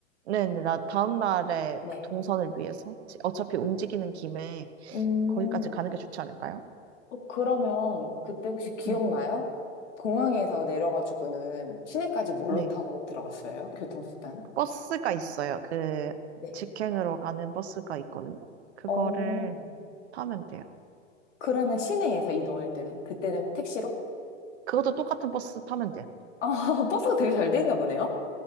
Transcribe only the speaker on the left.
네.
음,
어, 그러면 그때 혹시 기억나요?
공항에서 내려가지고는 시내까지 뭘로
타고 들어갔어요? 교통수단?
네.
어,
그러면 시내에서 이동할 때는? 그때는 택시로?
아, <laughs> 버스가 되게 잘 돼 있나 보네요?